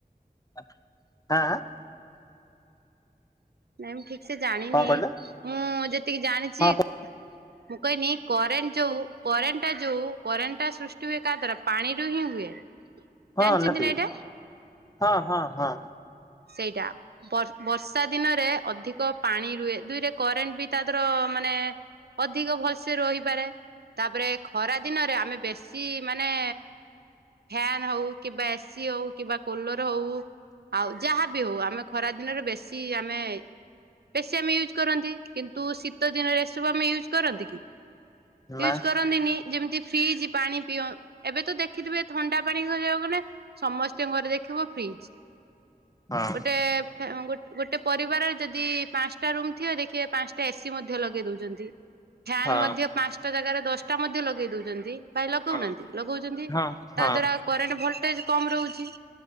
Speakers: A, on the left; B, on the right.
A: <unintelligible>
B: ନାଇଁ ମୁଁ ଠିକ ସେ ଜାଣିନି
A: କଣ କହିଲେ
B: ମୁଁ ଯେତିକି ଜାଣିଚି
A: ହଁ
B: ମୁଁ କନି କରେଣ୍ଟ ଯୋଉ କରେଣ୍ଟ ଟା ଯୋଉ କରେଣ୍ଟ ଟା ସୃଷ୍ଟି ହୁଏ କାହା ଦ୍ଵାରା ପାଣିରୁ ହିଁ ହୁଏ। <unintelligible>
A: ହଁ ନିଆତି
B: ନା ଏଇଟା?
A: ହଁ ହଁ ହଁ।
B: ସେଇଟା। ବର୍ଷା ଦିନରେ ଅଧିକ ପାଣି ରୁହେ ଦୁଇରେ କରେଣ୍ଟ ବି ତାଦର ମାନେ ଅଧିକ ଭଲସେ ରହିପାରେ। ତାପରେ ଖରା ଦିନରେ ଆମେ ବେଶୀ ମାନେ ଫ୍ୟାନ ହଉ କିମ୍ବା ଏସିି ହଉ କିମ୍ବା କୁଲର ହଉ ଆଉ ଯାହା ବିି ହଉ ଆମେ ଖରା ଦିନରେ ବେଶୀ ଆମେ ବେଶୀ ଆମେ ୟୁଜ୍ କରନ୍ତି କିନ୍ତୁ ଶୀତ ଦିନରେ ଏସବୁ ଆମେ ୟୁଜ୍ କରନ୍ତି କି
A: ନାଇଁ
B: ୟୁଜ୍ କରନ୍ତିନି ଯେମିତି ଫ୍ରିଜ ପାଣି ପିଅ ଏବେ ତ ଦେଖିଥିବେ ଥଣ୍ଡା ପାଣି ଘିବାକୁ ଗଲେ ସମସ୍ତେଙ୍କ ଘରେ ଦେଖିବ ଫ୍ରିଜ୍।
A: ହଁ
B: ଗୋଟେ ଆଙ୍ଗୁ ଗୋଟେ ପରିବାର ଯଦି ପାଞ୍ଚଟା ରୁମ୍ ଥିବ ଦେଖିବେ ପାଞ୍ଚଟା ଏସିି ମଧ୍ୟ ଲଗେଇ ଦଉଚନ୍ତି। ଫ୍ୟାନ୍
A: ହଁ
B: ମଧ୍ୟ ପାଞ୍ଚଟା ଜାଗାରେ ଦଶଟା ମଧ୍ୟ ଲଗେଇ ଦଉଚନ୍ତି। ଭାଇ ଲଗଉନାହାନ୍ତି
A: ହଁ
B: ଲଗଉଛନ୍ତି
A: ହଁ ହଁ
B: ତା ଦ୍ଵାରା କରେଣ୍ଟ ଭୋଲଟେଜ କମ ରହୁଚି।